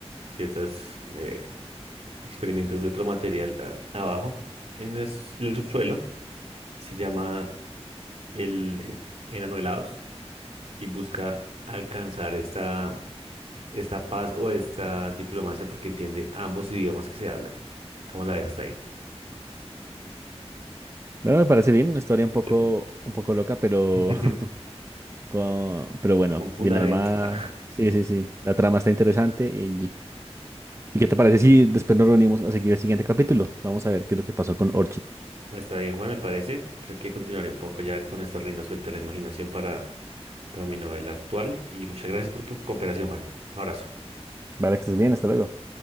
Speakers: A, on the right (about 65°); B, on the right (about 25°).
A: ciertos eh, experimentos de otro material a- abajo, en el, s- en el subsuelo, y se llama el enano helados, y busca alcanzar esta, esta paz o esta diplomacia porque entiende ambos idiomas que se hablan. ¿Cómo la ves hasta ahí?
B: Bueno, me parece bien, una historia un poco,
A: ¿Cierto?
B: un poco loca, pero,
A: <laughs>
B: <laughs> co- pero bueno,
A: Con fundamento.
B: bien armada.
A: <laughs>
B: Sí, sí, sí. La trama está interesante. ¿Y, ¿y qué te parece si después nos reunimos a seguir el siguiente capítulo? Vamos a ver qué es lo que pasó con Orchid.
A: Está bien, Juan, me parece. Creo que continuaré un poco ya con esta rienda suelta de la imaginación para, para mi novela actual. Y muchas gracias por tu cooperación, Juan. Un abrazo.
B: Vale, que estés bien, hasta luego.